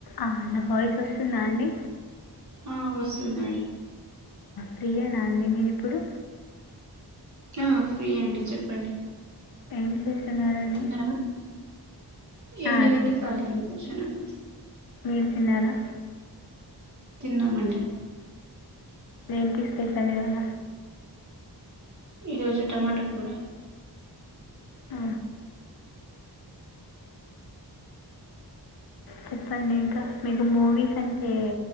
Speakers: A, on the left; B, on the right.
A: ఆ నా వాయిస్ వస్తుందా వస్తుందా అండి
B: ఆ వస్తుందండి
A: ఫ్రీయనా అండి మీరిప్పుడు
B: ఆ ఫ్రీ అండి చెప్పండి
A: ఎం స్తున్నరూ అండి
B: తిన్నారా ఏం
A: ఆ
B: లేదండి
A: తిన్నాం
B: ఖాళీగానే
A: అండి
B: కూర్చున్నాను
A: మీరు తిన్నారా
B: తిన్నాం అండి
A: ఏమిటి స్పెషల్ ఇవాళ
B: ఈరోోజు టమాటా కూర
A: ఆ, చెప్పండి ఇంకా మీకు మూవీస్ అంటే